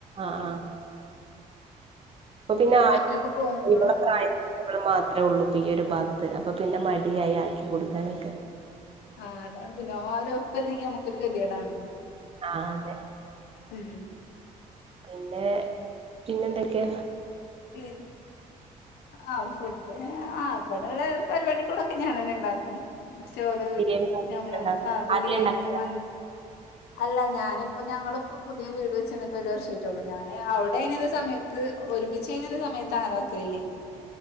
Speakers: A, on the right (about 35°); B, on the left (about 85°).
A: ആഹ ആ അപ്പ പിന്നെ ആര്
B: ഒറ്റക്ക് പോകുമ്പോഴും
A: ഇവള പ്രായത്തിൽ ഇവള് മാത്രേ ഒള്ളൂ ഇപ്പൊ ഈ ഒരു ഭാഗത്ത് അപ്പൊ പിന്നെ മ ടിയായി ആക്കി കൊടുക്കാനൊക്കെ
B: ആഹ് അതാണ് പിന്നെ ആരും ഒപ്പം ഇല്ലെങ്കി നമ്മുക്കൊരു ഗതികേട് ആണ്
A: ആഹ് അതെ
B: ഉം.
A: പിന്നെ പിന്നെ എന്തൊക്കെയ
B: <unintelligible> ആഹ് ഫുഡ് ആഹ് ഇവടെള്ള പരിപാടികൊക്കെ ഞാൻ തന്നെണ്ടാക്കും സ്റ്റോറ്
A: ബിരിയാണി
B: ഞമ്മള്
A: ഉണ്ടാക്കും
B: ആ ബിരിയാണി
A: ആദ്യേ ഉണ്ടാക്കലാ
B: മ അല്ല ഞാനിപ്പോ ഞങ്ങളിപ്പോ പുതിയ വീട് വെച്ച്ന്നിട്ട് ഒരു വർഷ ആയിട്ടുള്ളൂ ഞാന് അവിടെയിന്നത് സമയത്ത് ഒരുമി ചെയ്യുന്ന സമയത്താര <unintelligible>